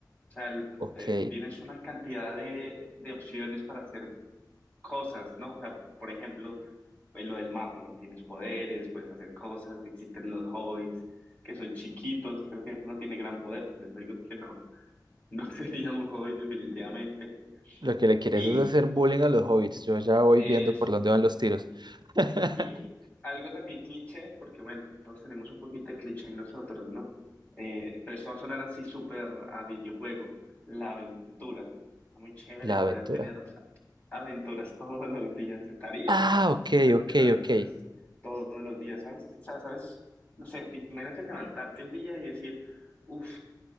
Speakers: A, on the left; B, on the right.
A: O sea, el-
B: Ok.
A: eh, tienes una cantidad de, de opciones para hacer cosas, ¿no? O sea, por ejemplo, pues, lo del mago, ¿no? Tienes poderes, puedes hacer cosas, existen los hobbits, que son chiquitos, creo que eso no tiene gran poder, por eso digo que no, no <laughs> sería un hobbit definitivamente.
B: Lo que le quieres
A: Y
B: es hacer bullying a los hobbits. Yo ya voy
A: eso.
B: viendo por dónde van los tiros. <laughs>
A: Y algo también cliché, porque bueno, todos tenemos un poquito de cliché en nosotros, ¿no? Eh, pero eso va a sonar así súper a videojuego, la aventura. Está muy chévere
B: La
A: poder
B: aventura.
A: tener aventuras <laughs> todos los días. Estaría
B: Ah, ok,
A: chévere
B: ok,
A: tener aventuras
B: ok.
A: todos los días, ¿sabes? O sea, ¿sabes? No sé, te- imagínate levantarte un día y decir, uff,